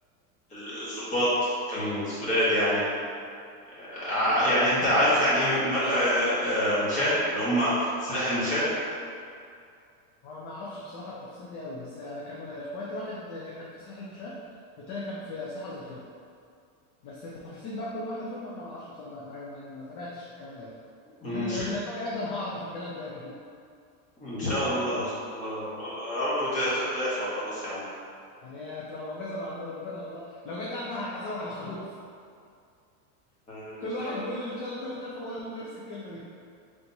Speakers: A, on the left; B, on the left.
A: ال- الضباط كانوا شداد يعني آه، ع- يعني انت عارف يعني ايه مر... آه، آه، مشاة اللي هم سلاح المشاة
B: هو ما اعرفش بصراحه التفاصيل دي قوي بس يعني كان اخواتي واحد كان في سلاح المشاة والتاني كان في اسلحه وذخيره بس التفاصيل بقى كل واحده فيهم انا ما اعرفش بصراحه ما ما- يعني ما تابعتش الكلام ده قوي <laughs> لما
A: المشاة
B: اجي اقدم هعرف الكلام ده اكيد
A: ان شاء الله ان شاء الله يا رب تاخد اعفاء وخلاص يا عم
B: يعني هي هتبقى معجزه من عند ربنا والله لو جت قفا هعزمك على خروف
A: ان
B: كل
A: شاء
B: واحد
A: الله
B: بيقول ان شاء الله تاخد قفا بقول نفس الكلمه دي